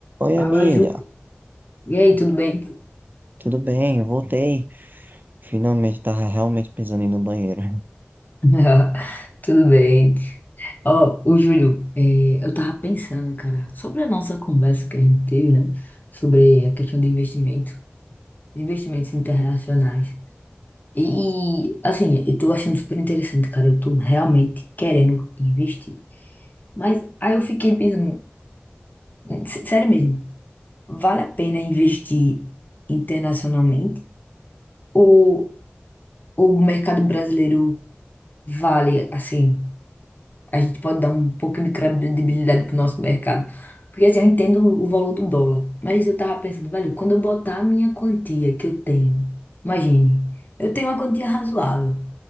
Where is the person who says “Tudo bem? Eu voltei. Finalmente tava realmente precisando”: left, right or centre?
Right